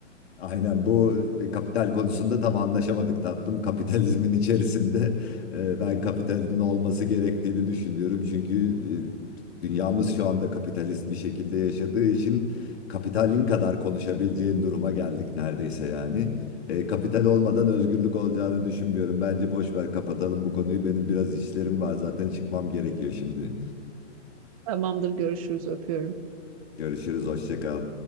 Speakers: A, on the left; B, on the right.
A: Aynen bu bir kapital konusunda tam anlaşamadık tatlım. Kapitalizmin <laughs> içerisinde e, ben kapitalin olması gerektiğini düşünüyorum. Çünkü e, dünyamız şu anda kapitalist bir şekilde yaşadığı için kapitalin kadar konuşabileceğin duruma geldik neredeyse yani. E, kapital olmadan özgürlük olacağını düşünmüyorum. Bence boş ver kapatalım bu konuyu. Benim biraz işlerim var zaten çıkmam gerekiyor şimdi.
B: Tamamdır, görüşürüz, öpüyorum.
A: Görüşürüz, hoşça kal.